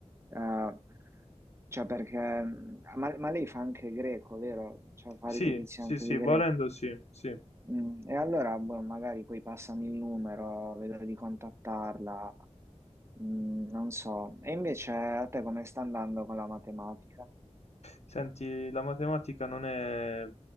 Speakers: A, on the right; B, on the left.
A: eh, cioè perché, ma, ma lei fa anche greco, vero? Cioè fa
B: Sì,
A: ripetizioni
B: sì,
A: anche
B: sì,
A: di
B: volendo
A: greco.
B: sì, sì.
A: Mm, E allora, boh, magari poi passami il numero, vedo di contattarla, Mm, non so. E invece a te come sta andando con la matematica?
B: Senti, la matematica non è